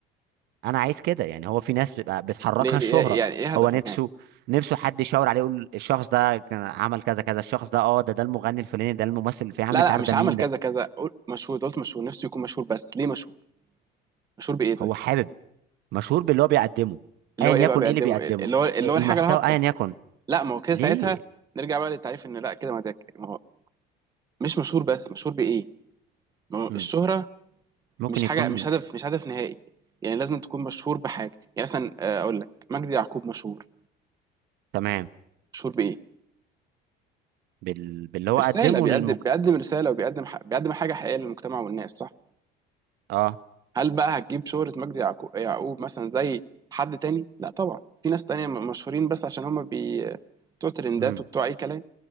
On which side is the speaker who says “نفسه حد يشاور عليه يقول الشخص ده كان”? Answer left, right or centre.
Right